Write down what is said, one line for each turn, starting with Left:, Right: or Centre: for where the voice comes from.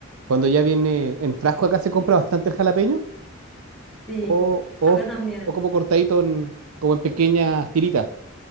Right: cuando ya viene en frasco acá se compra bastante el jalapeño
Centre: Sí,
Right: o,
Centre: acá
Right: o,
Centre: también.
Right: o como cortadito en- como en pequeñas tiritas.